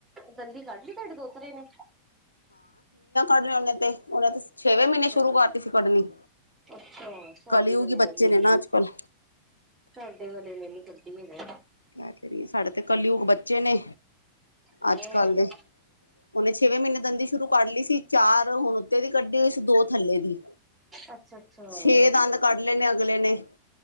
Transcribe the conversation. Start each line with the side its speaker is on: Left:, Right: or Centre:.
Right: ਦੰਦੀ ਕੱਢ ਲਈ ਤੁਹਾਡੇ ਦੋਤਰੇ ਨੇ।
Left: ਅਜੇ ਉਹਨਾਂ ਤੇ ਉਹਨਾਂ ਤੇ ਛੇਵੇਂ
Right: ਅੱਛਾ।
Left: ਮਹੀਨੇ ਸ਼ੁਰੂ ਕਰਤੀ ਸੀ ਕੱਢਣੀ
Right: ਅੱਛਾ ਸਾਡੇ
Left: ਕਲਯੁੱਗੀ
Right: ਵਾਲੇ
Left: ਬੱਚੇ
Right: ਨੀ
Left: ਨੇ ਨਾ ਅੱਜ ਕੱਲ
Right: ਸਾਡੇ ਵਾਲੇ ਨੇ ਨੀ ਕੱਢੀ ਹਜੇ।
Left: ਕ ਕਰੀਏ ਸਾਡੇ ਤੇ ਕੱਲਯੁਗ ਬੱਚੇ ਨੇ
Right: ਹੋਰ
Left: ਅੱਜ ਕੱਲ ਦੇ ਉਹਨੇ ਛੇਵੇਂ ਮਹੀਨੇ ਦੰਦੀ ਸ਼ੁਰੂ ਕਰ ਲਈ ਸੀ ਚਾਰ ਹੁਣ ਉੱਤੇ ਦੀ ਕੱਢੀ ਹੋਈ ਸੀ ਦੋ ਥੱਲੇ ਦੀ
Right: ਅੱਛਾ ਅੱਛਾ
Left: ਛੇ ਦੰਦ ਕੱਢ ਲੈਣੇ ਅਗਲੇ ਨੇ।